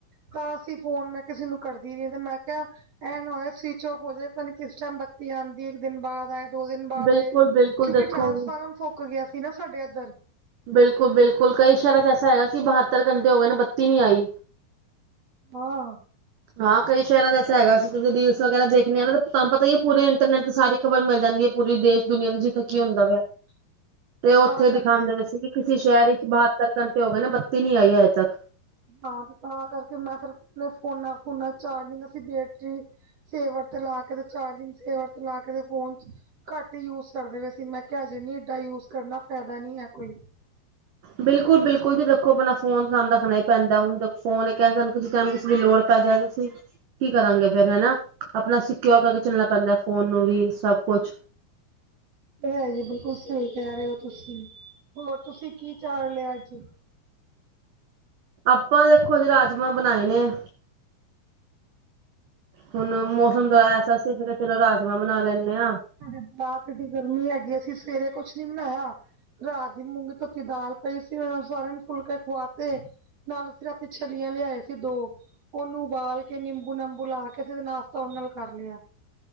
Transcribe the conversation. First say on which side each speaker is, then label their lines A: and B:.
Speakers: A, on the right; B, on the right.
A: ਤਾਂ ਅਸੀਂ ਫੋਨ ਮੈਂ ਕਿਸੇ ਨੂੰ ਕਰਦੀ ਵੀ ਤੇ ਮੈਂ ਕਿਹਾ ਐਂ ਨਾ ਹੋਏ ਸਵਿਚ ਆਫ ਹੋ ਜਾਏ ਕਿਸ ਟਾਈਮ ਬੱਤੀ ਆਉਂਦੀ ਇੱਕ ਦਿਨ ਬਾਅਦ ਆਏ ਦੋ ਦਿਨ ਬਾਅਦ
B: ਬਿਲਕੁਲ
A: ਆਏ,
B: ਬਿਲਕੁਲ
A: ਕਿਉਂਕਿ
B: ਦੇਖੋ
A: ਟਰਾਂਸਫਾਰਮ ਫੁੱਕ ਗਿਆ ਸੀ ਨਾ ਸਾਡੇ ਇੱਧਰ
B: ਬਿਲਕੁਲ -ਬਿਲਕੁਲ ਕਈ ਸ਼ਹਿਰਾ ਚ ਐਸਾ ਹੈਗਾ ਕਿ ਬਹੱਤਰ ਘੰਟੇ ਹੋ ਗਏ ਨੇ ਬੱਤੀ ਨੀ ਆਈ
A: ਹਾਂ
B: ਹਾਂ ਕਈ ਸ਼ਹਿਰਾਂ ਦਾ ਐਸਾ ਹੈਗਾ ਸੀ ਰੀਲਸ ਵਗੈਰਾ ਦੇਖਣੇ ਆ ਤੁਹਾਨੂੰ ਪਤਾ ਹੀ ਹੈ ਪੂਰੇ ਇੰਟਰਨੈਟ ਸਾਰੇ ਇੱਕ ਵਾਰ ਮਿਲ ਜਾਂਦੀ ਹੈ ਪੂਰੀ ਦੇਸ਼ ਦੁਨੀਆ ਦੀ ਕੀ ਹੁੰਦਾ ਪਿਆ ਤੇ ਉੱਥੇ
A: ਤਾਂ
B: ਦਿਖਾਉਂਦੇ
A: ਕਰਕੇ
B: ਵ ਸੀ ਕਿ ਕਿਸੇ ਸ਼ਹਿਰ ਵਿੱਚ ਬਹਤਰ ਘੰਟੇ ਹੋ ਗਏ ਨੇ ਬੱਤੀ ਨੀ ਆਈ ਅਜੇ ਤੱਕ
A: ਹਾਂ ਤਾਂ ਕਰਕੇ ਮੈਂ ਫਿਰ ਫੋਨਾ- ਫੋਨਾਂ ਚਾਰਜਿੰਗ ਸੀ ਬੈਟਰੀ ਸੇਵਰ ਤੇ ਲਾ ਕੇ ਚਾਰਜਿੰਗ ਸੇਵਰ ਤੇ ਲਾ ਕੇ ਫੋਨ ਚ ਘੱਟ ਯੂਜ ਕਰਦੇ ਪਏ ਸੀ ਮੈਂ ਕਿਹਾ ਹਜੇ ਨੀ ਇਡਾ ਯੂਜ ਕਰਨਾ ਫਾਇਦਾ ਨਹੀ ਹੈ ਕੋਈ
B: ਬਿਲਕੁਲ- ਬਿਲਕੁਲ ਜੀ ਦੇਖੋ ਆਪਣਾ ਫੋਨ ਸਾਨੂੰ ਰੱਖਣਾ ਹੀ ਪੈਂਦਾ ਹੈ ਫੋਨ ਕ ਟਾਈਮ ਕਿਸੇ ਦੀ ਲੋੜ ਕੀਤਾ ਜਾਏ ਤੁਸੀਂ, ਕੀ ਕਰਾਂਗੇ ਫਿਰ ਹਨਾ ਆਪਣਾ ਸਿੱਖ ਕਿਉਂ ਕਰਕੇ ਚੱਲਣਾ ਪੈਂਦਾ ਫੋਨ ਨੂੰ ਵੀ ਸਭ ਕੁਛ
A: ਹੈ ਜੀ ਬਿਲਕੁਲ ਸਹੀ ਕਹਿ ਰਹੇ ਹੋ ਤੁਸੀਂ, ਹੋਰ ਤੁਸੀਂ ਕੀ ਚਾੜ ਲਿਆ ਅੱਜ
B: ਆਪਾਂ ਦੇਖੋ ਜੇ ਰਾਜਮਾਂ ਬਣਾਏ ਨੇ ਆ ਹੁਣ ਮੌਸਮ ਬਰਾ ਐਸਾ ਸੀ ਫਿਰ ਚਲੋ ਰਾਜਮਾਂ ਬਣਾ ਲੈਂਦੇ ਹਾਂ
A: ਸਾਡੇ ਆਪ ਏਡੀ ਗਰਮੀ ਹੈਗੀ ਅਸੀਂ ਸਵੇਰੇ ਕੁਛ ਨੀ ਬਣਾਇਆ ਰਾਤ ਦੀ ਮੂੰਗੀ ਧੋਤੀ ਦਾਲ ਪਈ ਸੀ ਉਹਨਾਂ ਨੇ ਸਾਰਿਆਂ ਨੂੰ ਫੁਲਕੇ ਖਵਾਤੇ ਨਾਲ ਫਿਰ ਆਪੇ ਛਲੀਆਂ ਲਿਆਏ ਸੀ ਦੋ, ਉਹਨੂੰ ਉਬਾਲ ਕੇ ਨਿੰਬੂ ਨੰਬੂ ਲਾ ਕੇ ਨਾਲ ਤੋੜ ਨਾਲ ਖਾਂਦੇ ਹਾਂ